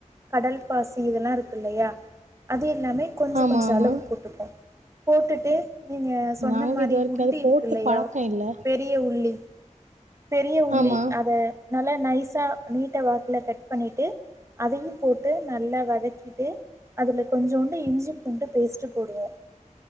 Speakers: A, on the right; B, on the right.
A: கடல் பாசி இதெல்லா இருக்கு இல்லையா அது எல்லாமே கொஞ்ச
B: ஆமா
A: கொஞ்ச
B: ஆமா
A: அளவு போட்டுப்போ போட்டுட்டு நீங்க சொன்ன
B: நாங்க
A: மாரி
B: இது வரைக்கும்
A: உள்ளி
B: அது
A: இருக்
B: போட்டு
A: இல்லையா
B: பழக்கம் இல்ல
A: பெரிய உள்ளி பெரிய உள்ளி
B: ஆமா
A: அத நல்லா நைஸா நீட்ட வாக்குல கட் பண்ணிட்டு அதையு போட்டு நல்லா வதக் ட்டு அதுல கொஞ்சோண்டு இஞ்சி பூண்டு பேஸ்ட் போடுவோ,